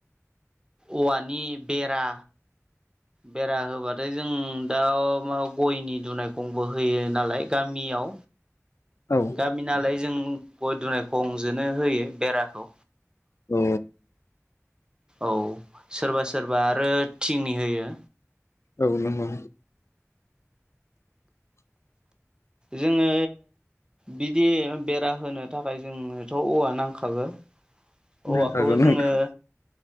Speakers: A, on the right (about 15°); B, on the left (about 60°).
A: औवानि बेरा बेरा होबाथाय जों दा म गयनि दुनायखौंबो होयो नालाय गामिनि मियाव
B: औ
A: गामि नालाय जों गय दुनाय खंजोंननो होयो बेराखौ
B: औ
A: औ सोरबा सोरबा आरो थिंनि होयो
B: औ नंगौ <inaudible>
A: जोङो बिदि बेरा होनो थाखाय जोंनोथ' औवा नांखागो
B: नांखागौ
A: औवाखौ
B: नोंथां
A: जोङो